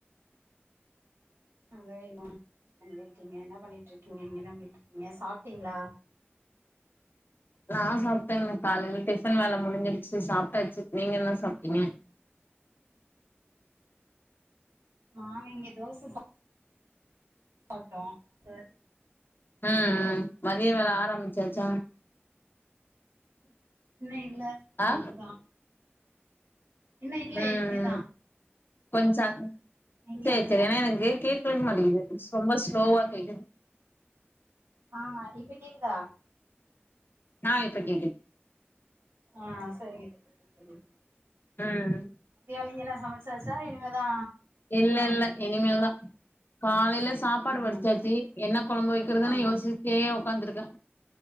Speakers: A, on the right; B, on the left.
A: <unintelligible> என்ன பண்ணிட்டு இருக்கீங்க நீங்க என்ன பண்ணிட்டு இருக்கீங்க சாப்பிட்டீங்களா
B: நா சாப்பிட்டேங்க காலையில டிஃபன் வேலை முடிஞ்சிருச்சு சாப்பிட்டாச்சு நீங்க என்ன சாப்பிட்டீங்க
A: ஆ இங்க தோச சாப் சாப்ட்டோ இது
B: ம் ம் மதிய வேல ஆரம்பிச்சாச்சா
A: இன்னு இல்ல இனிமேதா
B: ஆ
A: இன்னு இல்ல
B: ம்
A: இனிமேதா
B: <unintelligible>
A: நீங்க
B: சேரி
A: அங்க
B: சேரி ஏனா எனக்கு கேக் கேக்கமாட்டுக்குது ரொம்ப ஸ்லோவா கேக்குது
A: ஆஹ் இப்ப கேக்குதா
B: ஆ இப்ப கேக்குது
A: ஆஹ் சரிங்க தோழி
B: ம்
A: நீங்கள சமைச்சாச்சா இனிமே தா
B: இல்லல்ல இனிமேல்தா காலைல சாப்பாடு
A: ம்
B: வடிச்சாச்சு என்ன கொழம்பு வெக்கிறதுன்
A: ஆமா
B: யோசிச்சி ட்டே ஒ வந்துருக்க